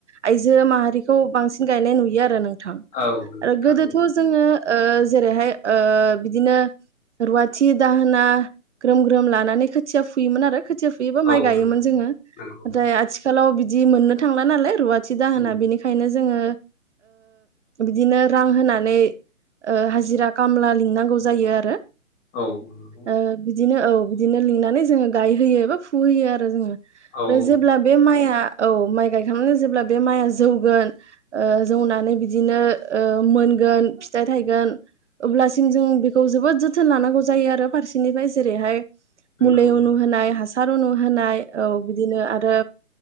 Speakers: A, on the right (about 55°); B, on the left (about 20°).
A: आयजो माहारिखौ बांसिन गायनाय नुयो आरो नों थ
B: औ नंगौ
A: आरो
B: थारैनो
A: गोदोथ' जोङो जेरैहाय बिदिनो रुवाथि दाहोना ग्रोम ग्रोम लानानै खोथिया फुयोमोन आरो खोथिया फुयोबा
B: औ
A: माइ गायोमोन
B: नंगौ
A: जोङो
B: नंगौ
A: नाथाय
B: नंगौ
A: आथिखालाव बि जि मोननो थांला नालाय रुवाथि दाहोना
B: उम
A: बेनिखायनो। जोङो बिदिनो रां होनानै हाजिरा खामला लिंनांगौ जायो आरो
B: औ औ
A: ओ बिदिनो औ बिदिनो लिंनानै जोङो गायहोयो एा फुहोयो आरो जोङो ओमफ्राय
B: औ औ
A: जेब्ला बे माइआ औ माइ गायखांनानै जेब्ला बे माइआ जौगोन जौनानै बिदिनो मोनगोन फिथाइ थाइगोन अब्लासिम जों बेखौ जोबोद जोथोन लानांगौ जायो आरो फारसेनिफ्राय जेरैहाय
B: नंगौ
A: मुलि
B: नंगौ
A: उनुहोनाय हासार उनु होनोनाय औ बिदिनो आरो